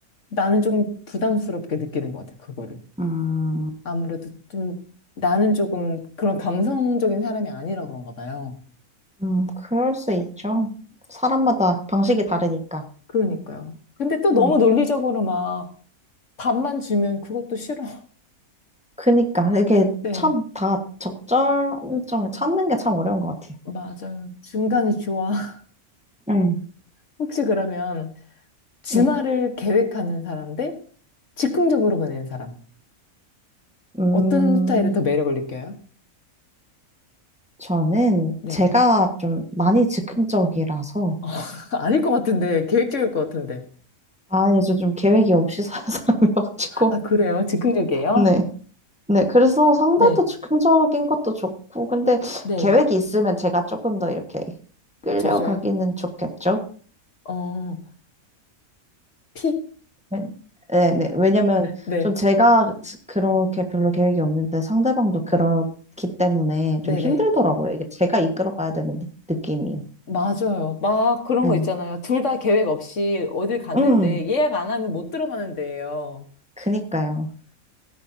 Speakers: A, on the left; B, in the centre.
A: 나는 조금 부담스럽게 느끼는 것 같아요, 그거를.
B: 음.
A: 아무래도 좀, 나는 조금 그런 감성적인 사람이 아니라 그런가 봐요.
B: 음, 그럴 수 있죠. 사람마다 방식이 다르니까.
A: 그러니까요. 근데 또
B: 음,
A: 너무 논리적으로 막 밥만 주면 그것도 싫어. <laughs>
B: 그니까 이게
A: 네,
B: 참 다 적절점을 찾는 게 참 어려운 것 같아요.
A: 맞아요. 중간이 좋아. <laughs>
B: 응.
A: 혹시 그러면 주말을
B: 네.
A: 계획하는 사람 대 즉흥적으로 보내는 사람.
B: 음,
A: 어떤 스타일에 더 매력을 느껴요?
B: 저는
A: 네.
B: 제가 좀 많이 즉흥적이라서,
A: <laughs> 아닐 것 같은데, 계획적일 것 같은데.
B: 아니, 저 좀 계획이 없이 사는 <laughs> 사람이어가지고,
A: 아, 그래요? 즉흥적이에요?
B: 네. 네, 그래서 상대도
A: 네,
B: 즉흥적인 것도 좋고, 근데
A: 네.
B: 계획이 있으면 제가 조금 더 이렇게 끌려가기는
A: 저죠요?
B: 좋겠죠.
A: 어, 피?
B: 왜- 네, 네. 왜냐면
A: 네,
B: 좀 제가 그렇게 별로 계획이 없는데 상대방도 그렇기 때문에
A: 네네.
B: 좀 힘들더라고요. 이게 제가 이끌어 가야 되는 느, 느낌이.
A: 맞아요. 막 그런
B: 네.
A: 거 있잖아요. 둘 다 계획 없이 어딜 갔는데
B: 음,
A: 예약 안 하면 못 들어가는 데예요.
B: 그니까요.